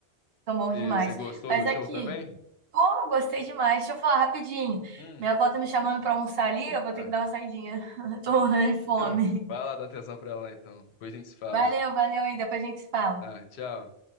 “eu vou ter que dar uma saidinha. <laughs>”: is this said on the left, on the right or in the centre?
Right